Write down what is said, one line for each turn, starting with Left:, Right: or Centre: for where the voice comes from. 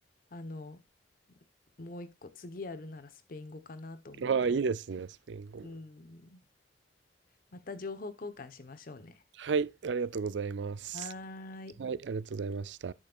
Left: あのもう一個次やるならスペイン語かなと思ってます。
Right: ああ、いいですね。スペイン語も。
Left: うん、また情報交換しましょうね。
Right: はい。ありがとうございます。
Left: はーい。
Right: はい、ありがとうございました。